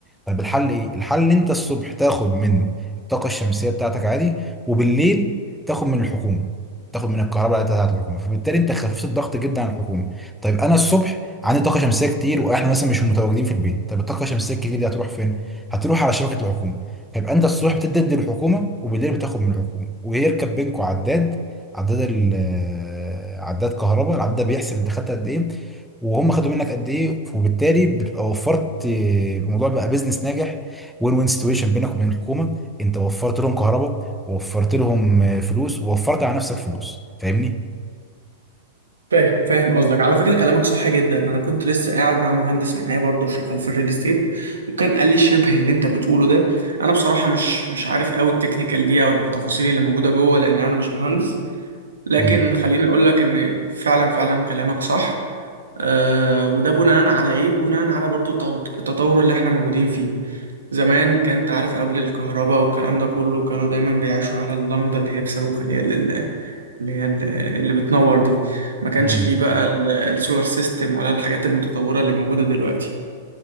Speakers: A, in the centre; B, on the right.
A: طب الحل ايه؟ الحل انت الصبح تاخد من الطاقة الشمسية بتاعتك عادي وبالليل تاخد من الحكومة تاخد من الكهرباء بتاعت الحكومة فبالتالي انت خففت الضغط جدا عن الحكومة طيب انا الصبح عندي طاقة شمسية كتير واحنا مثلا مش متواجدين في البيت طب الطاقة الشمسية الكتير دي هتروح فين؟ هتروح على شبكة الحكومة فيبقى انت الصبح بتدي للحكومة وبالليل بتاخد من الحكومة ويركب بينكوا عداد عداد ال عداد كهرباء العداد ده بيحسب انت خدت قد ايه وهم خدوا منك قد ايه وبالتالي بتبقى وفرت آه، الموضوع بقى بيزنس ناجح وين وين سيتويشن بينك وبين الحكومه انت وفرت لهم كهرباء ووفرت لهم آه، فلوس ووفرت على نفسك فلوس فاهمني؟
B: فاهم فاهم قصدك على فكره كلامك صح جدا انا كنت لسه قاعد مع مهندس معايا برضه شغال في الريل استيت وكان قال لي شبه اللي انت بتقوله ده انا بصراحه مش مش عارف قوي التكنيكال دي او التفاصيل اللي موجوده جوه لان انا مش مهندس لكن
A: امم
B: خليني اقول لك ان فعلا فعلا كلامك صح آه وده بناء على ايه بناء على برضو التط- التطور اللي احنا موجودين فيه زمان كان انت عارف قبل الكهرباء والكلام ده كله كانوا دايما بيعيشوا على اللمبه اللي هي بصاروخ اللي هي اللي اللي هي ال- اللي بتنور دي ما كانش
A: امم
B: فيه بقى ال- السولار سيستم ولا الحاجات المتطوره اللي موجوده دلوقتي